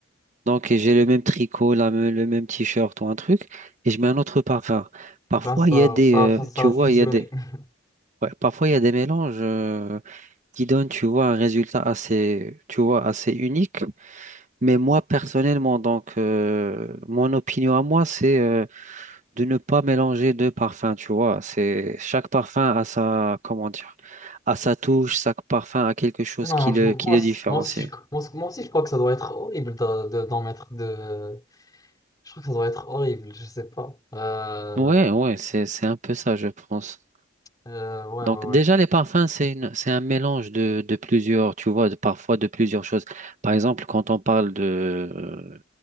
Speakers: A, on the right; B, on the left.
A: Donc, et j'ai le même tricot, la me- le même t-shirt ou un truc, et je mets un autre parfum. Parfois,
B: Ben ça
A: il y a des,
B: ça
A: euh,
B: ça, ça
A: tu
B: va
A: vois,
B: fusionner.
A: il y a des,
B: <laughs>
A: ouais, parfois, il y a des mélanges euh, qui donnent, tu vois, un résultat assez, tu vois, assez unique. Mais moi, personnellement, donc, euh, mon opinion à moi, c'est euh, de ne pas mélanger deux parfums, tu vois. C'est, chaque parfum a sa, comment dire, a sa touche, chaque parfum a quelque chose
B: Non,
A: qui le,
B: je- moi,
A: qui le
B: c-
A: différencie.
B: moi aussi je, moi, c- moi aussi je crois que ça doit être horrible de- de- d'en mettre deux. Je crois que ça doit être horrible, je sais pas. Euh,
A: Ouais, ouais, c'est, c'est un peu ça, je pense.
B: euh, ouais
A: Donc
B: ouais
A: déjà,
B: ouais
A: les parfums, c'est une- c'est un mélange de, de plusieurs, tu vois, de- parfois de plusieurs choses. Par exemple, quand on parle de, euh,